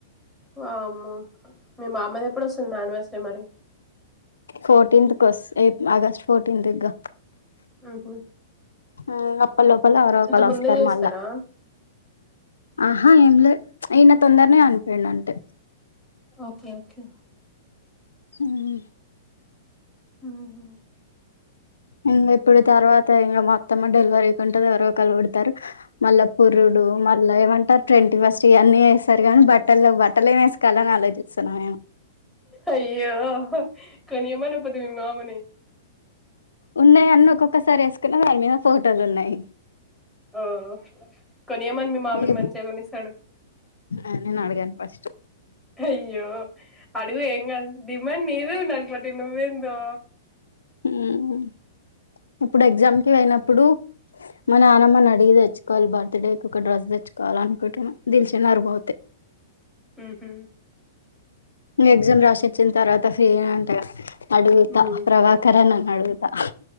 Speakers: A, in the centre; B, on the left.
A: వామ్మొ మీ మామయ్య దెప్పుడొస్తుంది మ్యాన్వస్రీ మరి
B: ఫోర్టీన్త్ కొస్ ఏ ఆగస్ట్ ఫోర్టీన్త్ దిగ్గా
A: ఊహు
B: ఆ అప్పల్లోపల ఎవరో ఒకళ్ళొస్తార్
A: ముందే చేస్తారా
B: మళ్ళా ఆహా ఏం లే ఈయన తొందర్నే అన్పెయిండంతే
A: ఓకే ఓకే
B: అహహా
A: ఆహా
B: ఇంగ ఇప్పుడు తర్వాత ఇంగ మా అత్తమ్మ డెల్వరీ కుంటదొ ఎవరో ఒకళ్ళు బుడుతారు మళ్ళా పురుడు మళ్ళా ఏమంటారు ట్వంటీ ఫస్ట్ ఇయన్నీ ఏస్తరు గానీ బట్టల్ లెవ్ బట్టలేమ్ ఏస్కోల్ల అన్ ఆలోచి సన్నాయా
A: అయ్యో కొనీయమన్ పొతివి మి మామని
B: ఉన్నాయి అన్ని ఒక్కొక్కసారి ఏసుకున్న వాటి మీద ఫోటోలు ఉన్నాయ్.
A: ఓహ్ కొనియమని మీ మామని
B: ఇంగ
A: మంచిగా కొనిస్తాడు.
B: ఆ నేనడగను ఫస్టు
A: అయ్యో అడుగు ఏంగాదు డిమాండ్ నీది ఉండల్ పోటీ నువ్వేందో
B: ఉహ్ ఇప్పుడు ఎగ్జామ్ కి ఓయినప్పుడు మా నానమ్మని అడిగి దెచ్చుకోవాలి బర్త్డేకి ఒక డ్రస్ దెచ్చుకోలనుకుంటున్న దిల్శునర్ బోతే
A: ఉహుహ్
B: నువ్ ఎగ్జామ్ రాసచ్చిన తర్వాత ఫ్రీనే అంటగా అడుగుతా
A: ఉ
B: ప్రభాకర్ అన్నని అడుగుతా